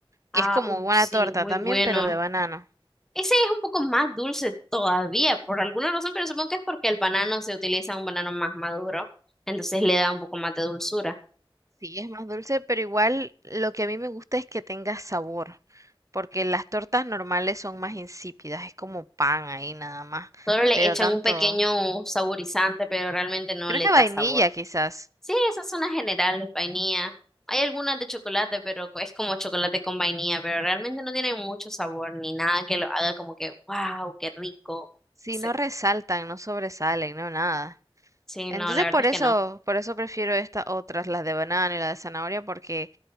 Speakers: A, in the centre; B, on the right.
A: Ah,
B: que es como
A: uh,
B: una
A: sí,
B: torta
A: muy
B: también,
A: bueno.
B: pero de banano.
A: Ese es un poco más dulce todavía, por alguna razón, pero supongo que es porque el banano se utiliza un banano más maduro, entonces le da un poco más de dulzura.
B: Sí, es más dulce, pero igual lo que a mí me gusta es que tenga sabor, porque las tortas normales son más insípidas, es como pan ahí nada más,
A: Solo le
B: pero
A: echan
B: tanto,
A: un pequeño saborizante, pero realmente no
B: creo
A: le
B: que vainilla
A: da sabor.
B: quizás,
A: Sí, esas son las generales, vainilla. Hay algunas de chocolate, pero co- es como chocolate con vainilla, pero realmente no tiene mucho sabor ni nada que lo haga como que, wow, qué rico.
B: si
A: Sí,
B: no resaltan, no sobresalen, no nada.
A: sí,
B: Entonces
A: no, la verdad
B: por
A: es
B: eso,
A: que no.
B: por eso prefiero estas otras, las de banano y la de zanahoria, porque